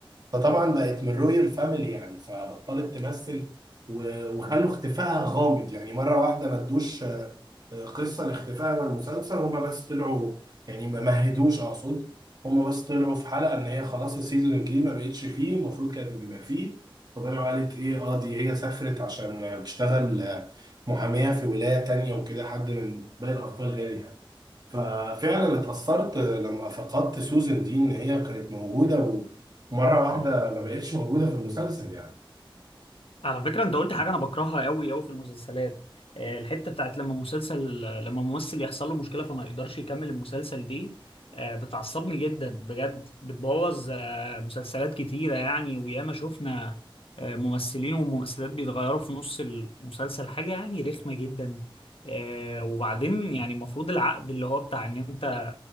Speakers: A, on the right; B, on the left.
A: فطبعا بقت من رويال فاميلي يعني فبطلت تمثل و- وخلوا اختفائها غامض يعني مرة واحدة ما ادوش آه، آه، قصة لاختفائها من المسلسل هما بس طلعوا يعني ما مهدوش اقصد هما بس طلعوا في حلقة ان هي خلاص السيزون الجديد ما بقتش فيه المفروض كانت تبقى فيه فطلعوا قالت ايه اه دي هي سافرت عشان بتشتغل آه، محامية في ولاية تانية وكده حد من باقي الابطال قال يعني ففعلا اتأثرت لما فقدت سوزن دي ان هي كانت موجودة ومرة واحدة ما بقتش موجودة في المسلسل يعني
B: على فكرة انت قلت حاجة انا بكرهها قوي قوي في المسلسلات آه، الحتة بتاعت لما مسلسل لما ممثل يحصل له مشكلة فما يقدرش يكمل المسلسل دي آه، بتعصبني جدا بجد بتبوظ آه، مسلسلات كتيرة يعني وياما شفنا آه، ممثلين وممثلات بيتغيروا في نص المسلسل حاجة يعني رخمة جدا آه، وبعدين يعني المفروض العقد اللي هو بتاع ان انت